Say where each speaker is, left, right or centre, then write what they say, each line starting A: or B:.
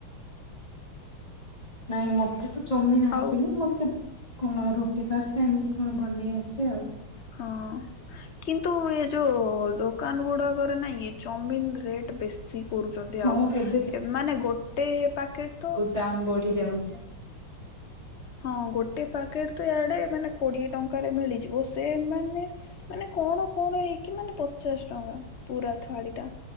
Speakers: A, on the left; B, on the left.
A: ନାଇଁ ମତେ ତ ଚମିନ୍ ଆସେନି।
B: ଆଉ
A: ମତେ କଣ ରୁଟି ପାସ୍ତା ଏମିତି କଣ ବନେଇ ଆସେ ଆଉ।
B: ହଁ। କିନ୍ତୁ ଏ ଯୋଉ ଦୋକାନ ଗୁଡ଼ାକରେ ନାଇକି ଚମିନ୍ ରେଟ୍ ବେଶୀ। କରୁଛନ୍ତି
A: ହଁ
B: ଆଉ।
A: ଏବେ
B: ମାନେ ଗୋଟେ ପ୍ୟାକେଟ ତ
A: ଦାମ୍ ବଢି଼ ଯାଉଛି।
B: ହଁ ଗୋଟେ ପାକେଟ ତ ଇଆଡ଼େ ମାନେ କୋଡି଼ଏ ଟଙ୍କାରେ ମିଳିଯିବ। ସେ ମାନେ ମାନେ କଣ କଣ ହେଇକି ମାନେ ପଚାଶ ଟଙ୍କା ପୁରା ଥାଳିଟା